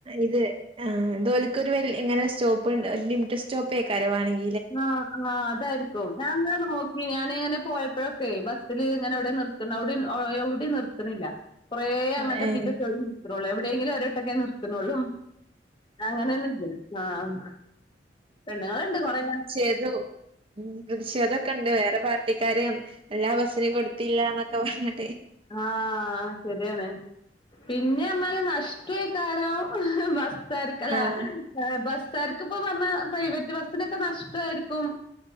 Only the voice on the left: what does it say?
ആ ആ അതായിരിക്കും ഞാൻങ്ങനെ നോക്കി ഞാന് ഇങ്ങനെ പോയ പ്പോഴൊക്കെ ബസ്സിൽ ഇങ്ങനെ എവിടെ നിർത്ത്ണെ എവിടെ എവിടിം നിർത്തണില്ല കുറേ
അങ്ങട്ടെത്തി
ട്ടൊക്കെ നിർത്തുന്നുള്ളൂ എവിടെയെങ്കിലും ഒരട്ടൊക്കെ നിർത്തുന്നുള്ളൂ അങ്ങനെയൊന്നുംല്ല ആഹ് പെണ്ണുങ്ങളുണ്ട് കൊറെ
ആ ശരിയാണ് പിന്നെ എന്നല് നഷ്ട കാര ബസ്ർക്കല്ല
ബ സാർക്കിപ്പ പറഞ്ഞാ പ്രൈവറ്റ് ബസ്സിനൊക്കെ നഷ്ടമായിരിക്കും